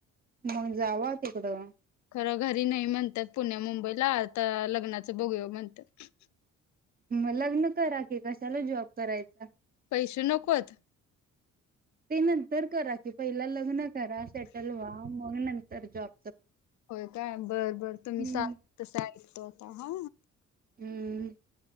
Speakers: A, on the right; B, on the left.
A: मग जाव तिकडं.
B: खरं घरी नाही म्हणतात पुण्या मुंबईला आता लग्नाचं बघूया म्हणत्यात.
A: मग लग्न करा कि, कशाला जॉब करायचा?
B: पैसे नकोत?
A: ते नंतर करा कि पहिला लग्न करा, सेटल व्हा, मग नंतर जॉब
B: होय काय बरं बर तुम्ही
A: हम्म.
B: सांग तस ऐकतो आता हा.
A: हम्म.